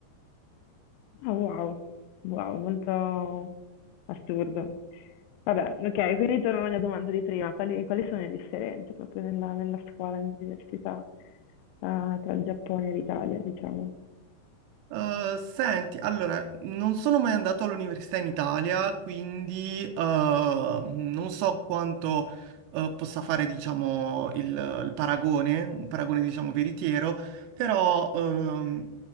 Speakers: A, on the left; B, on the right.
A: Ah, wow. Wow, molto assurdo. Vabbè, ok, quindi torno alla mia domanda di prima. Quali, quali sono le differenze proprio nella, nella scuola, nell'università, eh, tra il Giappone e l'Italia, diciamo?
B: Eh, senti, allora, non sono mai andato all'università in Italia, quindi eh, non so quanto eh, possa fare, diciamo, il, il paragone, un paragone, diciamo, veritiero, però, ehm,